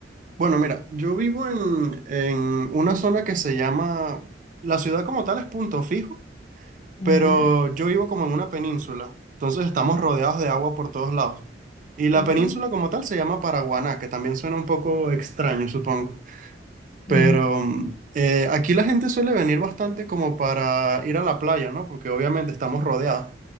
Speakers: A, on the right (about 45°); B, on the left (about 35°).
A: Bueno, mira, yo vivo en, en una zona que se llama, la ciudad como tal es Punto Fijo, pero
B: Ya.
A: yo vivo como en una península, entonces estamos rodeados de agua por todos lados. Y la
B: Ah.
A: península como tal se llama Paraguaná, que también suena un poco extraño, supongo. Pero
B: Mm.
A: mm, eh, aquí la gente suele venir bastante como para ir a la playa, ¿no? Porque obviamente estamos rodeados.